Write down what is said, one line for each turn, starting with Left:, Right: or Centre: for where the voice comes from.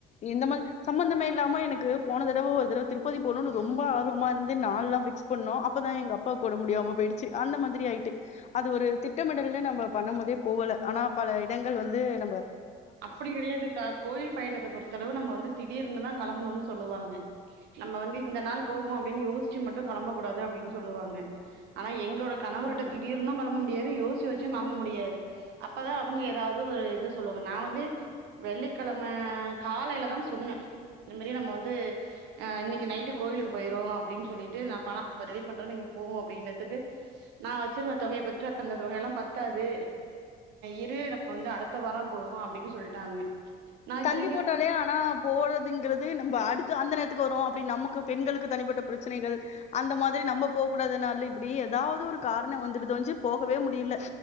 Left: இந்த மல் சம்பந்தமே இல்லாம எனக்கு போன தடவ ஒரு தடவ திருப்பதி போணுனு ரொம்ப ஆர்வமா இருந்து நாள்லா ஃபிக்ஸ் பண்ணு அப்பதா எங்கப் ப்பாக்கு ஒடம்பு முடியாம போயிடுச்சு அந்த மாத்ரி ஆயிட்டு அது ஒரு திட்டமிடல்னு நம்ம பண்ணும் போதே போகல ஆனா பல இடங்கள் வந்து நம்ப
Right: அப்டி கெடையாதுக்கா கோயில் பயணத்த பொறுத் த்தளவு நம்ம வந்து திடீர்னு தா கெளம்பணுன் சொல்லுவாங்க நம்ம வந்து இந்த நாள் போகு அப்டின் யோச் ச்சு மட்டு கெளம்பக்கூடாது அப்டின் சொல்லுவாங்க ஆனா எங்களோட கணவர்ட்டு
Left: ம்
Right: திடீர்னு கெளம்ப முடியாது யோச்சி வெச் ச்சு நம்ப முடியாது அப்பதா அவங்க ஏதாவது ஒரு இது சொல்லுவாங் நா வந்து வெள்ளிக்கிழம காலைல தா துன்ன இந்த மாரி நம்ம வந்து இன்னிக்கு நைட்டு கோவிலுக்கு போய்ருவோ அப்டின் சொல்லிட் ட்டு நா பண <inaudible> ரெடி பண்றே நீங் போ அப்டினதுக்கு நா வெச்சிருந்த தொகய பாத்துட்டு அந்த தொகையெல்லாம் பத்தாது இரு நம்ம வந்து அடுத்த வாரோ போவோ அப்டினு சொல்ட்டாங்க நா
Left: தள்ளி
Right: இத்தனைக்கு
Left: போட்டாலே ஆனா போறதுங்கிறது நம்ம அடுத்து அந்த நேரத்துக்கு வரு அப்டி நமக்கு பெண்களுக்கு தனிப்பட்ட பிரச்சனைகள் அந்த மாத்ரி நம்ம போக கூடாது நாள்ல இப்டி ஏதாவது ஒரு காரண வந்துடுது ஒஞ்சு போகவே முடியில